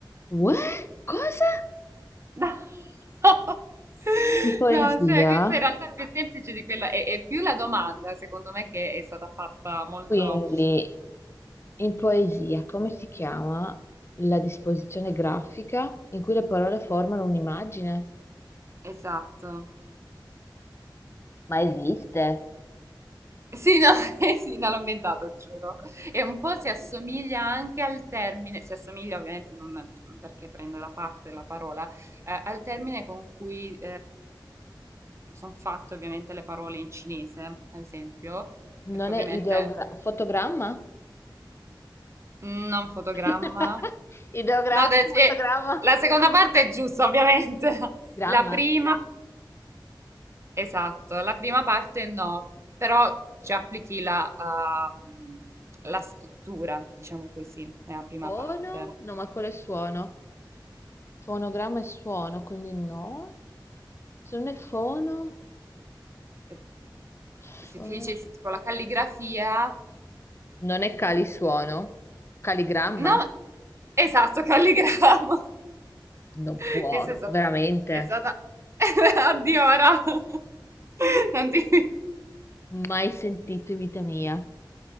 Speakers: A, on the left; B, on the right.
A: What? Cosa?
B: <laughs>
A: Di poesia,
B: No, se- questa in realtà è più semplice di quella, è, è più la domanda, secondo me, che è stata fatta molto
A: quindi in poesia, come si chiama la disposizione grafica in cui le parole formano un'immagine?
B: esatto.
A: Ma esiste?
B: Sì, no, <laughs> eh sì, no, l'ho inventato, giuro. E un po' si assomiglia anche al termine, si assomiglia ovviamente non perché prende la parte, la parola, eh, al termine con cui sono fatte ovviamente le parole in cinese, ad esempio,
A: Non
B: perché ovviamente
A: è ideogramma, fotogramma?
B: n- non fotogramma.
A: <laughs> Ideogramma,
B: No, de- sì,
A: fotogramma,
B: la seconda parte è giusta, ovviamente. <laughs>
A: gramma.
B: La prima. Esatto, la prima parte no, però ci applichi la, ehm, la scrittura, diciamo così, nella prima
A: Fono?
B: parte.
A: No, ma quello è suono. Fonogramma è suono, quindi no. Se non è fono,
B: E
A: fo-
B: Se ti dicessi tipo la calligrafia,
A: non è calisuono, caligramma.
B: no, ma- esatto, calligrama, <laughs>
A: Non
B: che
A: può,
B: è stata,
A: veramente.
B: è stata, <laughs> addio ora, <laughs> non ti
A: Mai sentito in vita mia.